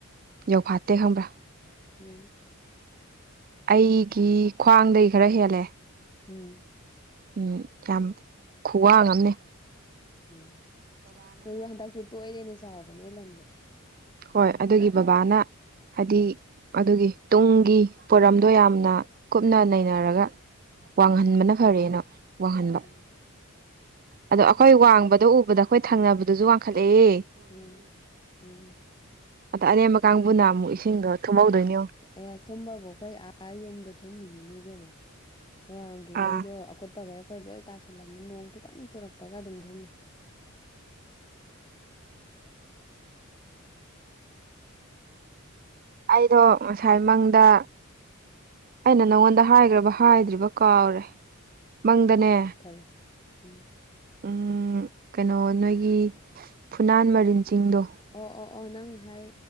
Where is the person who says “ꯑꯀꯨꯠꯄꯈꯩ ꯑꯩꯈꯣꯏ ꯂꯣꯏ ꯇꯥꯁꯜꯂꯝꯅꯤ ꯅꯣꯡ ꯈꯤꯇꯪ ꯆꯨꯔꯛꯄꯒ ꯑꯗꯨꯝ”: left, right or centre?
Left